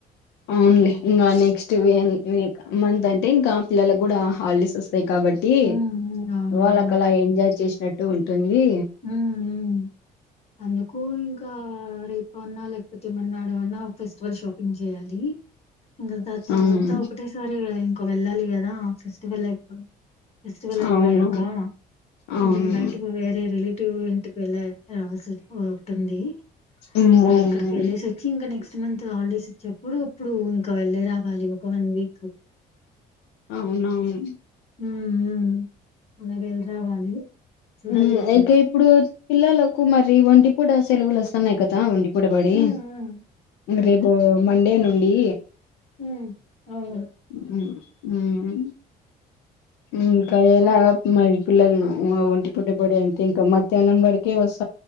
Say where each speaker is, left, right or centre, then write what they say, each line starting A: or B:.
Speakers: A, on the left; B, on the left.
A: అవున్ లే ఇంగా నెక్స్ట్ వెన్ వేక మంత్ అంటే ఇంకా పిల్లలక్ కూడా హాలిడేస్ వస్తాయి కాబట్టి
B: ఉమ్ ఉమ్ అవునవును
A: వాళ్ళకలా ఎంజాయ్ చేస్ నె డు ఇట్ అవ్వి
B: ఉమ్ ఉమ్ అందుకు ఇంకా రేప్ ఉన్నా లేకపోతే, ఏమన్నాడు అన్నా ఒక ఫెస్టివల్ షాపింగ్ చేయాలి. ఇంగా దా తర్వాత
A: అవును
B: ఒకటేసారి క్ వెళ్ళాలి కదా ఆఫీస్ ఫెస్టివల్అయిపో ఫెస్టివల్ అయిపోయాక
A: అవును అవును
B: కొంచెం బయట వేరే రిలీ టివ్ ఇంటికి వెళ్ళ రావాల్సి ఒ ఒకటుంది
A: ఉమ్
B: అది
A: అవును
B: ఎక్కడికి వెళ్ళేసి వచ్చి ఇంకా నెక్ క్స్ట్ మంత్ హాలిడేస్ ఇచ్చేప్పుడు ఇప్పుడు ఇంకా వెళ్ళే రావాలి ఒక వన్ వీక్
A: అవునవును
B: మ్ హుమ్మ్ అలా వెల్లి రావాలి చూడాలి
A: హు
B: ఎట్లే
A: ఇంకా ఇప్పుడు పిల్లలకు మరి వంటి పుట సెలవులు వస్తన్నాయ్ కదా వండి పూటబడి
B: అవును
A: రేపు మండే నుండి
B: హు అవును
A: హు హుమ్మ్ హు ఇంకా ఎలా మరి పిల్లలు ఒంటి పుట్టిబడి అంటే ఇంకా మధ్యాహ్నం వరకే వస్